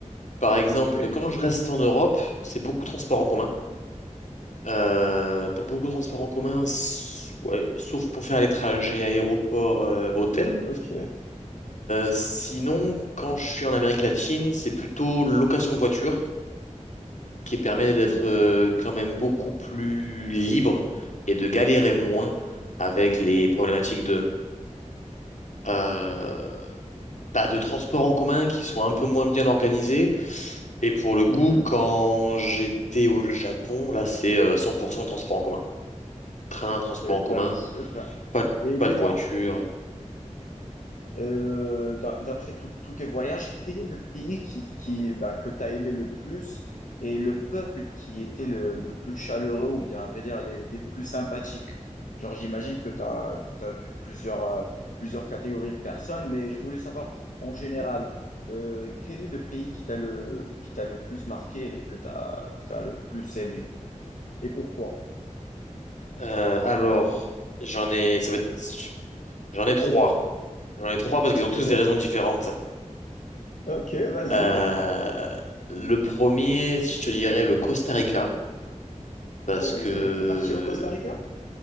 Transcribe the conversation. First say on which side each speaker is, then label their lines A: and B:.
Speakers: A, on the left; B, on the left.
A: Par exemple,
B: Ok,
A: quand je reste en Europe, c'est beaucoup de transports en commun. Euh, donc beaucoup de transports en commun, s- ouais, sauf pour faire les trajets aéroport-hôtel.
B: ok,
A: sinon, quand je suis en Amérique latine, c'est plutôt location de voiture qui permet
B: ok.
A: d'être euh, quand même beaucoup plus libre et de galérer moins avec les problématiques euh, bah, de transports en commun qui sont un peu moins bien organisés. Et pour le coup,
B: Mhm.
A: quand j'étais au Japon, là, c'est euh, 100% transport en commun. Train, transport
B: Super,
A: en commun,
B: super.
A: pas de,
B: Et
A: pas
B: dis-moi,
A: de voiture.
B: Euh, d'a- d'après tout- tous tes voyages, quel est le pays qui, qui, bah, que tu as aimé le plus et le peuple qui était le, le plus chaleureux ou bien, à vrai dire, les, les plus sympathiques? Genre, j'imagine que tu as, que tu vu plusieurs, euh, plusieurs catégories de personnes, mais je voulais savoir en général, euh, quel est le pays qui t'a le, qui t'a le plus marqué et que tu as, que t'as le plus aimé et pourquoi?
A: Euh, alors, j'en ai, ça va être- j'en ai trois. J'en ai trois parce
B: Ok,
A: qu'ils ont tous des raisons différentes.
B: ok, vas-y,
A: Euh,
B: vas-y.
A: le premier, je te dirais le Costa Rica, parce
B: Ah ouais,
A: que
B: t'es parti au Costa Rica?